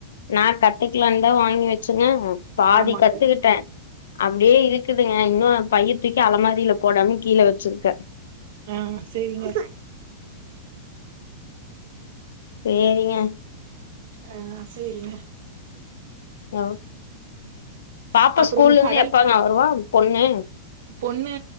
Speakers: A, on the left (about 75°); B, on the right (about 65°).
A: நா கத்துக்கலாந்தா வாங்கி வச்சுங்க பாதி
B: ஆமாங்க
A: கத்துக்கிட்டே அப்டியே இருக் குதுங்க இன்னு பைய தூக்கி அலமாரில போடாம கீழ வச்சிருக்கே
B: ஆஹ் சரிங்க
A: சேரிங்க
B: ஆஹ் செரிங்க
A: ஹலோ பாப்பா
B: அப்புறோ
A: ஸ்கூல்லந்து
B: கடல்
A: எப்பங்க வருவா பொண்ணு
B: பொண்ணு